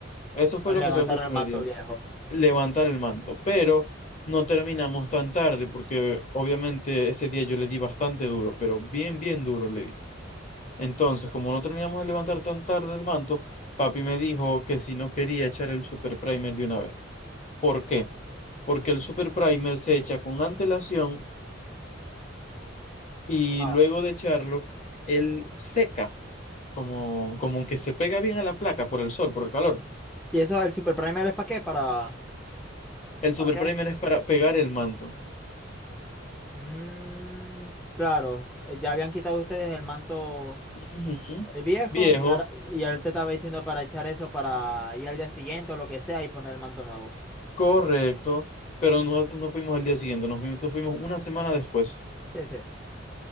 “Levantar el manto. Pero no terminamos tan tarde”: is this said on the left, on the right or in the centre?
Left